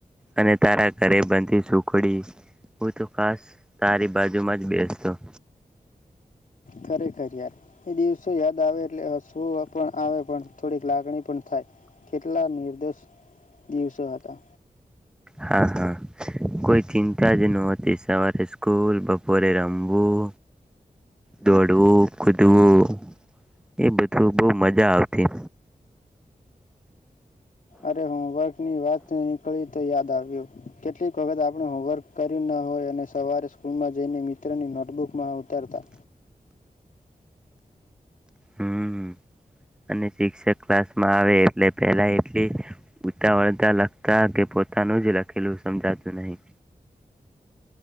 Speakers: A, in the centre; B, on the left.
A: અને તારા અરે બનતી સુખડી હું તો ખાસ તારી બાજુમાં જ બેસતો.
B: ખરેખર યાર, એ દિવસો યાદ આવે એટલે હસવુંઅ પણ આવે પણ થોડીક લાગણી પણ થાય, કેટલા નિર્દોષ દિવસો હતા.
A: હા હા, કોઈ ચિંતા જ નહોતી સવારે સ્કૂલ બપોરે રમવું, દોડવું, કુદવું એ બધું બહુ મજા આવતી.
B: અરે હોમવર્કની વાત નીકળી તો યાદ આવ્યું, કેટલીક વખત આપણે હોમવર્ક કર્યું ના હોય અને સવારે સ્કૂલમાં જઈને મિત્રની નોટબુકમાં ઉતારતા.
A: હમ. અને શિક્ષક ક્લાસ આવે એટલે પેલા એટલી તા વળગતા લખતા કે પોતાનું જ લખેલું સમજાતું નહી.